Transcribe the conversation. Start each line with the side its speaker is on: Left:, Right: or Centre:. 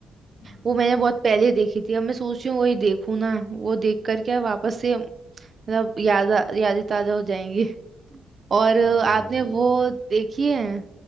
Left: हम्म
Right: वो मैंने बहुत पहले देखी थी अब मैं सोच रही हूँ वही देखूँ ना वो देख कर क्या वापस से मतलब याद आ- यादें ताजा हो जाएंगी और
Left: हाँ
Right: अ, आपने
Left: वो भी
Right: वो
Left: है
Right: देखी है